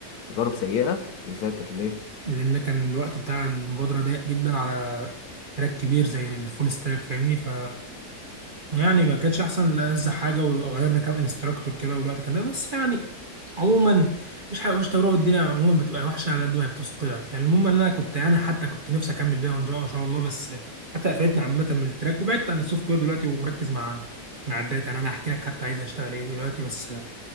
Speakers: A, on the left; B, on the right.
A: تجارب سيئة يساتر ليه
B: لان كان الوقت بتاع المبادره ضيق جدا على تراك كبير زي الفول ستاك فاهمني ف يعني ما كانش احسن لألذ حاجه وغيرنا كام انستراكتور كده والوقت كان ده بس يعني عموما مفيش حاجه مفيش تجربه في الدنيا عموما بتبقى وحشه على قد ما هي بتثقلك فالمهم ان انا كنت يعني حتى كنت نفسي اكمل بيها وان شاء إن شاء الله بس حتى قفلتنا عامه من التراك وبعدت عن السوفت وير دلوقتي ومركز مع مع الداتا يعني انا هحكي لك حتى عايز اشتغل ايه دلوقتي بس